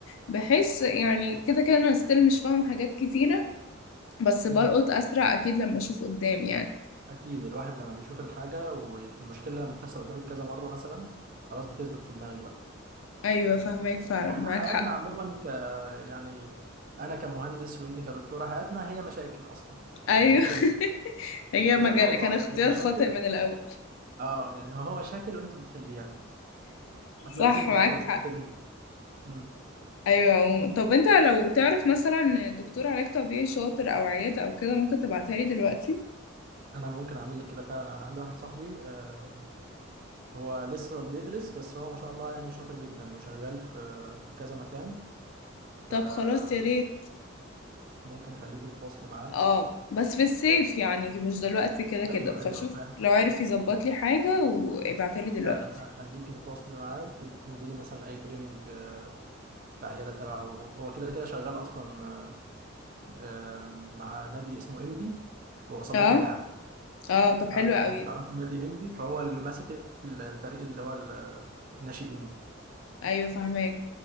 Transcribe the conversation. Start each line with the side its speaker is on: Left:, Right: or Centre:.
Left: بحيث يعني كده كده انا ستيل مش فاهمة حاجات كتيرة بس
Right: امم
Left: بلقط اسرع اكيد لما اشوف قدامي يعني
Right: اكيد الواحد لما بيشوف الحاجه والمشكله لما بتحصل قدامك كذا مره مثلا خلاص بتثبت في دماغك بقى
Left: ايوه فهماك فعلا
Right: واحنا
Left: معاك
Right: حياتنا
Left: حق
Right: عموما ك يعني انا كمهندس وانت كدكتوره حياتنا هي مشاكل اصلا يعني
Left: ايوه
Right: مشاكل
Left: <laughs>
Right: وبنحل
Left: هي
Right: بجد
Left: مجال
Right: والله
Left: كان اختيار
Right: هي مشاكل
Left: خاطئ من الاول
Right: اه يعني هو مشاكل وانت بتحليها احنا
Left: صح
Right: لازم نبقى
Left: معاك
Right: كويسين
Left: حق
Right: في ده امم
Left: ايوه عموما طب انت لو تعرف مثلا دكتور علاج طبيعي شاطر او عياده او كده ممكن تبعتها لي دلوقتي
Right: انا ممكن اعمل لك كده فعلا انا عندي واحد صاحبي آه، هو لسه بيدرس بس هو ما شاء الله يعني شاطر جدا وشغال في في كذا مكان فممكن
Left: طب خلاص يا ريت
Right: اخليكي تتواصلي معاه
Left: اه بس في الصيف يعني مش دلوقتي كده كده
Right: ايوه
Left: فشوف
Right: ايوه فاهم
Left: لو عارف يظبط لي حاجه وابعتها لي دلوقتي
Right: لا لا اخليكي تتواصلي معاه وتنزلي مثلا اي تريننج آه، في عياده تبعه هو كده كده شغال اصلا آه، آه، مع نادي اسمه انبي واصابات
Left: اه
Right: ملاعب
Left: اه طب
Right: عارف
Left: حلو قوي
Right: تعرف نادي انبي فهو اللي ماسك ال- الفريق اللي هو ال- الناشئين
Left: ايوه فهماك